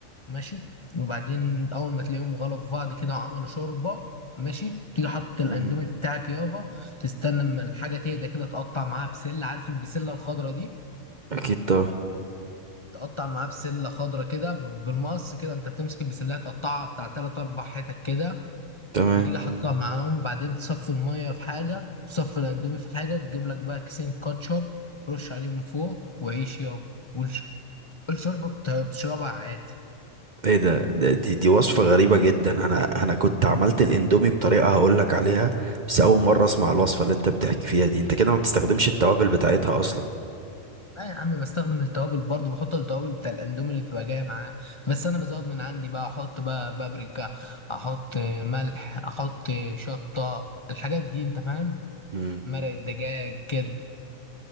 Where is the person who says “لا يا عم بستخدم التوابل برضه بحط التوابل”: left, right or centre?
Left